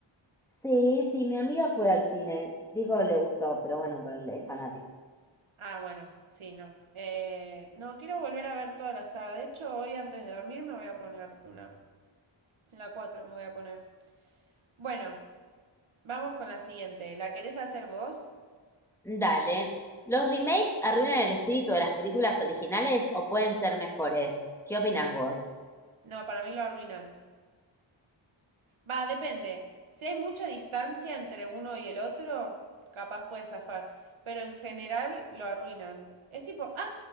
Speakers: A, in the centre; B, on the right (about 80°).
A: Sí, sí, mi amiga fue al cine. Digo, le gustó, pero bueno, pero es fanática.
B: Ah, bueno, sí, no. Eh, no, quiero volver a ver toda la saga. De hecho, hoy antes de dormir me voy a poner una. La 4 me voy a poner. Bueno, Vamos con la siguiente. ¿La querés hacer vos?
A: Dale. ¿Los remakes arruinan el espíritu de las películas originales o pueden ser mejores? ¿Qué opinás vos?
B: No, para mí lo arruinan. Va, depende. Si hay mucha distancia entre uno y el otro, capaz puede zafar. Pero en general lo arruinan. Es tipo, ah,